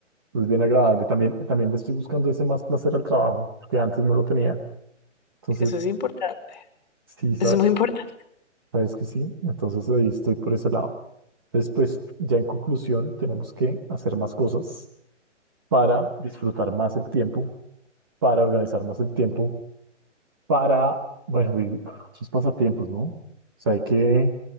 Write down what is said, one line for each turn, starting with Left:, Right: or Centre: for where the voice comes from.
Right: Es bien agradable. También, también le estoy buscando ese más placer al trabajo, que antes no lo tenía. Entonces,
Left: eso es importante,
Right: sí, sa-
Left: eso es muy importante.
Right: sabes que sí. Entonces ahí estoy por ese lado. Después, ya en conclusión, tenemos que hacer más cosas para disfrutar más el tiempo, para organizar más el tiempo para, bueno, vivir otros pasatiempos, ¿no? O sea, hay que,